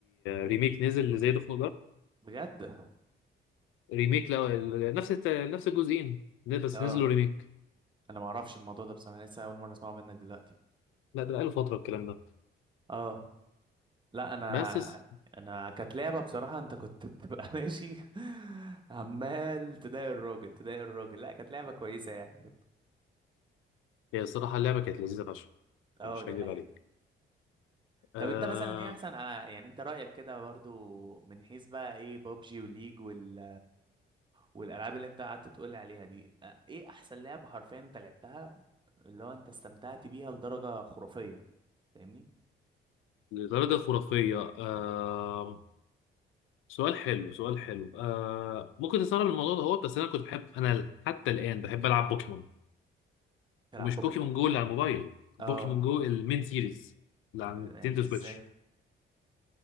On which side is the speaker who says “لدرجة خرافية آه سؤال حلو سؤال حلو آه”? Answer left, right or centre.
Left